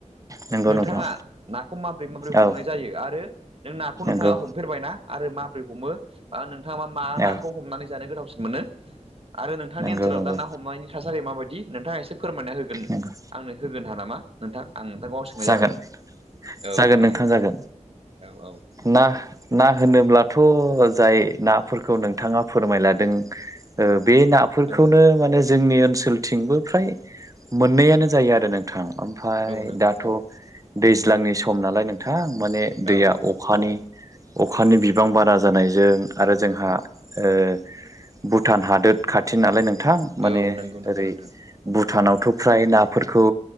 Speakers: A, on the right; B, on the right.
A: नंगौ
B: नोंथाङा
A: नोंथां
B: नाखौ माबोरै माबोरै हमनाय
A: औ
B: जायो आरो नों नाखौ
A: नंगौ
B: नोंथाङा हमफेरबाय ना? आरो माबोरै हमो बा नोंथाङा मा मा नाखौ
A: औ
B: हमनानै जानो गोथावसिन मोनो? आरो नोंथांनि
A: नंगौ
B: ओनसोलाव
A: नंगौ
B: दा ना हमनायनि थासारिया माबायदि नोंथाङा एसे फोरमायना होगोन
A: नंगौ
B: आंनो होगोन नामा नोंथां आं नोंथांखौ सोंनाय
A: जागोन
B: जाबाय औ
A: जागोन
B: दे दे नोंथां
A: जागोन
B: औ औ
A: ना ना होनोब्लाथ' जाय नाफोरखौ नोंथाङा फोरमायलादों बे नाफोरखौनो
B: औ
A: माने जोंनि ओनसोलथिंबो फ्राय मोननायानो जायो आरो नों नथां ओमफ्राय
B: औ नंगौ
A: दाथ'
B: नोंथां
A: दैज्लांनि सम नालाय नोंथां माने दैया
B: औ औ
A: अखानि अखानि बिबां बारा जानायजों आरो जोंहा ओ भुटान हादोर खाथि नालाय नोंथां माने
B: औ नंगौ नंगौ
A: ओरै
B: नोंथां
A: भुटानावथ' फ्राय नाफोरखौ